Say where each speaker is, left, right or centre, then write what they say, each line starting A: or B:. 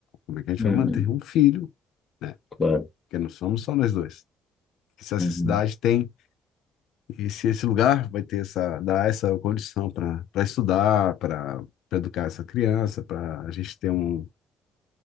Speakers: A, on the left; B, on the left.
A: Como é que a gente
B: Uhum,
A: vai manter um filho, né?
B: claro.
A: Porque não somos só nós dois. Se essa
B: Uhum,
A: cidade tem E se esse lugar vai ter essa, dar essa condição para para estudar, para para educar essa criança, para a gente ter um